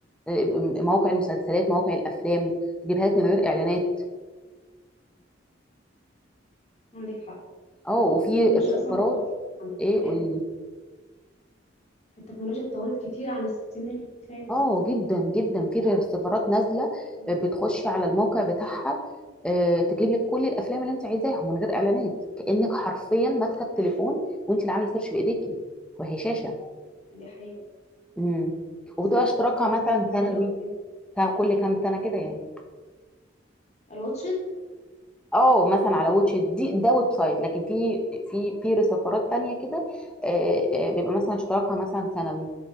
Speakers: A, in the centre; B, on the left.
A: آه، مواقع المسلسلات مواقع الافلام تجيبها لك من غير اعلانات
B: عندك حق
A: اه وفي
B: التكنولوجيا
A: السفارات
B: اصلا اتطورت كتير عن
A: ايه
B: العامل
A: قولي
B: التكنولوجيا اتطورت كتير عن السنين اللي فاتت
A: اه جدا جدا في ريسيفرات نازله
B: مم.
A: آه، بتخشي على الموقع بتاعها آه، تجيب لك كل الافلام اللي انت عايزاها من غير اعلانات كانك حرفيا ماسكه التليفون وانت اللي عامله سيرش بايديكي وهي شاشه
B: دي حقيقه
A: امم وبتبقى
B: صح
A: اشتراكها مثلا
B: برضو
A: سنوي
B: الابلين
A: كا- كل كام سنه كده يعني
B: الواتشد
A: اه مثلا على واتش إت، دي ده ويب سايت لكن في في في ريسيفرات تانية كده آه، آه، بيبقى مثلا اشتراكها مثلا سنوي